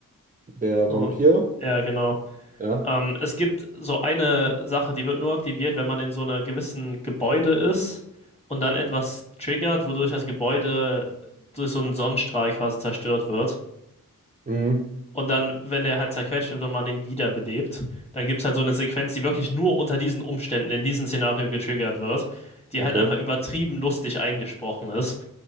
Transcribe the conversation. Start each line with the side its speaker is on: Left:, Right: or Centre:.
Right: der
Left: So,
Right: Vampir?
Left: ja, genau.
Right: Ja.
Left: Ähm, es gibt so eine Sache, die wird nur aktiviert, wenn man in so einer gewissen Gebäude ist und dann etwas triggert, wodurch das Gebäude durch so einen Sonnenstrahl quasi zerstört wird.
Right: Mhm.
Left: Und dann, wenn der halt zerquetscht wird und man ihn wiederbelebt, dann gibt es halt so eine Sequenz, die wirklich nur unter diesen Umständen, in diesem Szenario getriggert wird, die
Right: Okay.
Left: halt einfach übertrieben lustig eingesprochen ist.